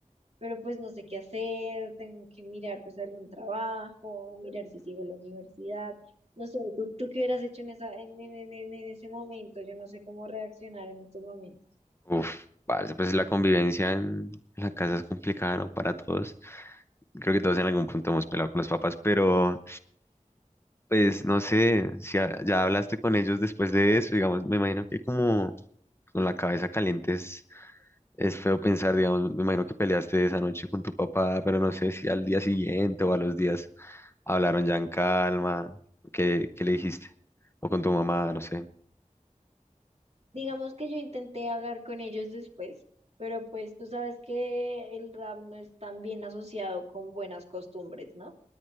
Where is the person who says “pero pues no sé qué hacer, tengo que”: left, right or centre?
Right